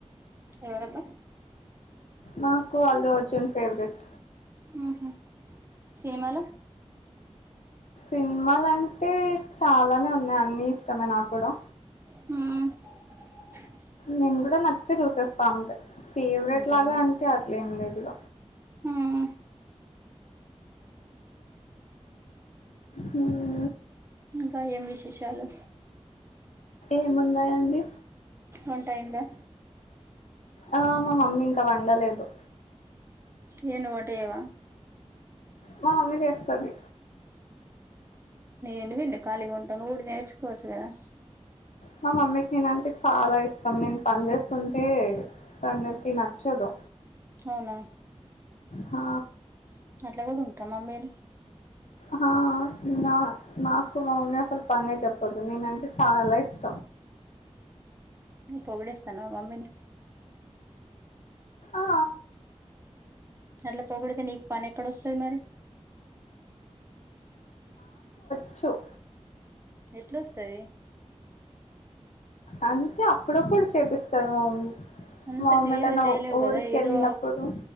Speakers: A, on the right; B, on the left.
A: ఎవరబ్బ
B: నాకు అల్లు అర్జున్ ఫేవరెట్
A: ఊహు సినిమాలు
B: సినిమలంటే చాలానే ఉన్నాయి అన్ని ఇష్టమే నాకు కూడా
A: ఆ
B: నేను కూడా నచ్చితే చూసేస్తా అంతే ఫేవరెట్
A: అంతేనా
B: లాగా అంటే అట్లే ఏం లేదిగ
A: ఉమ్
B: అవునా
A: ఇంక యేం విశేషాలు
B: ఏమున్నాయండి
A: వంట అయ్యిందా
B: ఆ మామమ్మీ ఇంక వండలేదు
A: యే నువ్వు వంట చెయ్యవ
B: మామమ్మీ చేస్తది
A: ఎందుకండి ఖాళీగా ఉండటం ఏదోటి నేర్చుకోవచ్చు కదా
B: మా మమ్మీకి నేనంటే చాలా ఇష్టం నేను పని చేస్తుంటే తనకి నచ్చదు
A: అవున
B: హ
A: అట్ల కూడా ఉంటర మమ్మీలు
B: హా నా నాకు మాఅమ్మ అసలు పనే చెప్పదు నేనంటే చాలా ఇష్ట
A: నువ్వు పొగిడేస్తున్నావ మమ్మీనీ
B: ఆ
A: అట్ల పొగుడుతే నీకు పని ఎక్కడొస్తది మరి
B: చు
A: ఎట్లొస్తది
B: అంటె అప్పుడప్పుడు చేపిస్తాది మమమ్మీ
A: అంత
B: మ మమ్మి
A: క్లియర్
B: ఎటైనా
A: గా చేయలేవు
B: ఊరికి
A: కదా ఏదో
B: వెళ్ళినప్పుడు